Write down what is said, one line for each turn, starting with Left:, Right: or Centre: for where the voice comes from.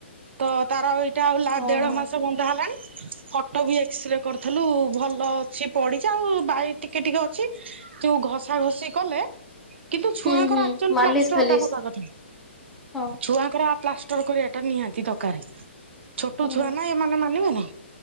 Right: ତ ତାର ଏଇଟା ହେଲା
Centre: ଓହୋ।
Right: ଦେଢ ମାସ ବନ୍ଦା ହେଲାଣି କଟକ ବି ଏକ୍ସରେ କରିଥିଲୁ ଭଲ ଅଛି ପଡିଚି ଆଉ ବାଇ ଟିକେ ଟିକେ ଅଛି ଯୋଉ ଘସା ଘଷି କଲେ କିନ୍ତୁ ଛୁଆଙ୍କର
Centre: ହୁଁ ହୁଁ
Right: ଆକ୍ଚୁଆଲି
Centre: ମାଲିସ୍
Right: ପ୍ଲା <unintelligible> ହବା
Centre: ଫାଲିସ୍
Right: କଥା
Centre: ହଁ
Right: ଛୁଆଙ୍କର ପ୍ଲାଷ୍ଟର କରିବାଟା ନିହାତି ଦରକାରେ। ଛୋଟ
Centre: ହୁଁ
Right: ଛୁଆ ନା ଏମାନେ ମାନିବେନି।